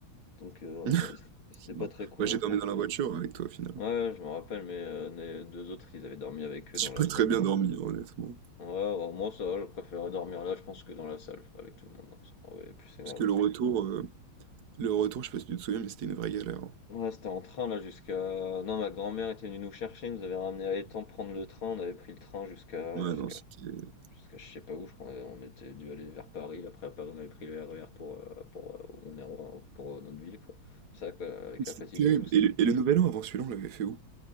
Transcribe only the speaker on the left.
Donc, euh,
ouais, non, ils- ils- c'était pas
très cool,
hein,
franchement.
Ouais, je me rappelle, mais euh, les deux autres, ils avaient dormi avec eux
dans la
salle.
Ouais, bah, moi ça va, je préfère dormir là, je pense, que dans la salle, avec tout le monde, non, ça m'aurait plus énervé.
Ouais, c'était en train là jusqu'à. Non, ma grand-mère était venue nous chercher, nous avait ramené à l'étang prendre le train, on avait pris le train jusqu'à.
jusqu'à.
jusqu'à je sais pas où, je crois, on était dû aller vers Paris, après à Paris on avait pris le RER pour. euh, pour euh, où on est en- pour euh, notre ville, quoi. Ça, quoi, avec la
fatigue
et tout.